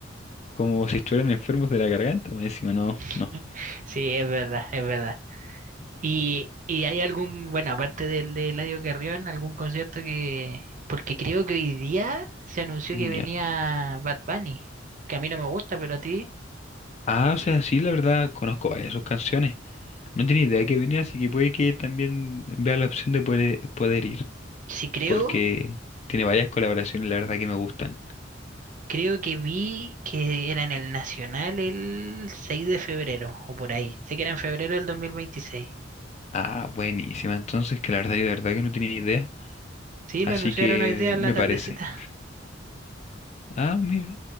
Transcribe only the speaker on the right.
<laughs>
Sí, es verdad, es verdad. ¿Y, y hay algún, bueno, aparte del de Eladio Carrión, algún concierto que, porque creo que hoy día se anunció
que venía Bad Bunny, que a mí no me gusta, pero a ti,
sí creo,
creo que vi que era en el Nacional el 6 de febrero, o por ahí, sé que era en febrero del dos mil veintiséis
Sí,
lo anunciaron
hoy día en
la tardecita.
<laughs>